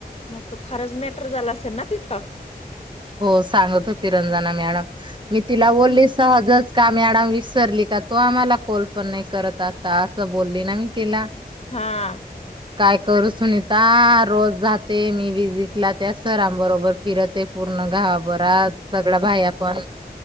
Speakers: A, on the left; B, on the right.
A: मग त फारच मॅटर झाला असेल ना तिथं.
B: हो सांगत होती रंजना मॅडम. मी तिला
A: हा
B: बोलली सहजच का मॅडम विसरली का. तो आम्हाला कॉल पण नाही करत आता, असं बोलली ना मी तिला.
A: हा.
B: काय करू सुन ता रोज जाते मी विजिटला त्या सरांबरोबर फिरते पूर्ण गावा बर सगळ्या भाई पण